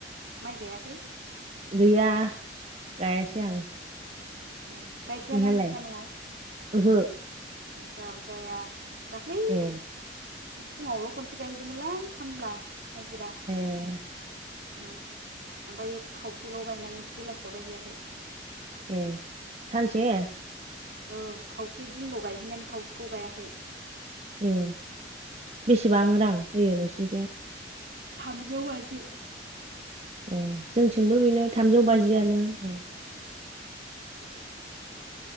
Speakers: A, on the right; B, on the right.
A: माइ गायाखै?
B: गैया। गायासै
A: ए
B: आं
A: ए गायखायाना
B: नोंहालाय
A: नोंस्रा न'आव?
B: ओहो।
A: ए जाहाबो गाया। दाख्लै
B: ए
A: फुङावल' खनसे गायहैदोंमोनलां खामला। हाजिरा
B: एह
A: उम ओमफायो खावसेल' गायनानै बेलासे लगायहैयाखै
B: ए सानसे।
A: ओ खावसे दिनल' गायहैनानै खावसेखौ गायाखै।
B: ए बेसेबां रां होयो नोंसि नथिं
A: थामजौ बाजि।
B: ए जोंथिंबो बेनो थामजौ बाजियानो।
A: सासेनावबो
B: औ
A: <unintelligible>